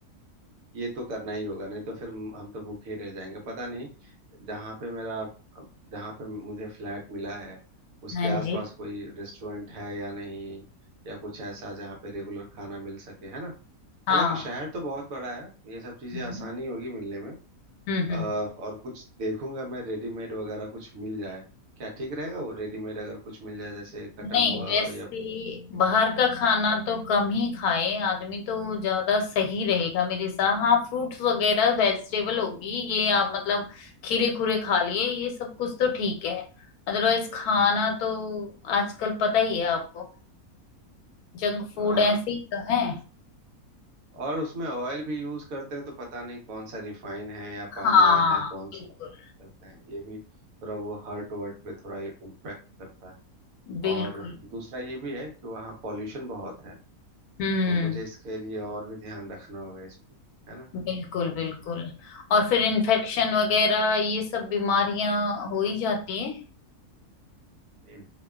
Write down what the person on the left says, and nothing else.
हाँ
जी
हाँ
हम्म
हम्म
हम्म।
नहीं
वैसे
बाहर का
खाना तो कम ही खाए आदमी तो ज्यादा सही रहेगा मेरे साथ हाँ फ्रूट्स वगैरह वेजिटेबल होगी ये आप मतलब खीरे खूरे खा लिए ये सब कुछ तो ठीक है अदरवाइज खाना तो आजकल पता ही है आपको जंक फूड
ऐसे ही तो है
हाँ
बिल्कुल
बिल्कुल
हम्म
बिल्कुल बिल्कुल और फिर इन्फेक्शन वगैरह ये सब बीमारियां हो ही जाती है